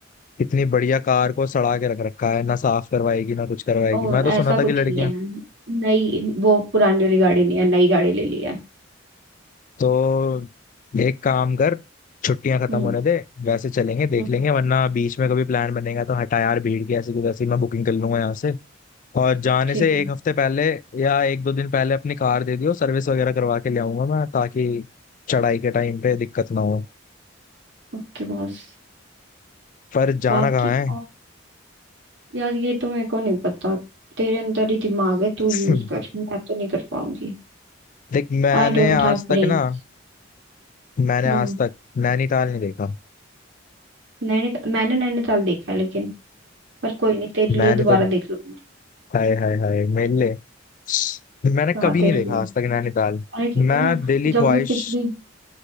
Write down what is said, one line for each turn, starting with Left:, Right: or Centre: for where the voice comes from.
Left: कितनी बढ़िया कार को सड़ा के रख रखा है ना साफ करवाएगी ना कुछ करवाएगी
Right: ओ
Left: मैं तो सुना
Right: ऐसा कुछ
Left: था कि लड़कियां
Right: नहीं है नई वो पुरानी वाली गाड़ी नहीं है नई गाड़ी ले ली है
Left: तो एक काम कर छुट्टियां खत्म
Right: हम्म
Left: होने दे वैसे चलेंगे देख
Right: हम्म
Left: लेंगे वरना बीच में कभी प्लान बनेगा तो हटा यार भीड़ की ऐसी की वैसी मैं बुकिंग कर लूंगा यहाँ से और जाने
Right: ठीक
Left: से
Right: है
Left: एक हफ्ते पहले या एक दो दिन पहले अपनी कार दे दियो सर्विस वगैरह करवा के ले आऊंगा मैं ताकि चढ़ाई के टाइम पे दिक्कत ना हो
Right: Okay boss
Left: पर जाना
Right: बाकी
Left: कहाँ है
Right: और यार ये तो मेरे को नहीं पता तेरे अंदर ही दिमाग है तू
Left: <laughs>
Right: यूज कर मैं तो नहीं कर पाऊंगी
Left: देख मैंने
Right: I don't
Left: आज
Right: have
Left: तक
Right: brains
Left: ना मैंने
Right: हम्म
Left: आज तक नैनीताल नहीं देखा
Right: नैनी मैंने नैनीताल देखा है लेकिन पर कोई नहीं तेरे
Left: मैंने
Right: लिए दोबारा
Left: तो
Right: देख लूंगी
Left: हाय हाय हाय मेरे लिए मैंने
Right: हाँ
Left: कभी
Right: तेरे
Left: नहीं देखा
Right: लिए
Left: आज तक नैनीताल
Right: अरे क्योंकि
Left: मैं
Right: ना
Left: दिल्ली
Right: जब
Left: ख्वाहिश
Right: मैं पिछली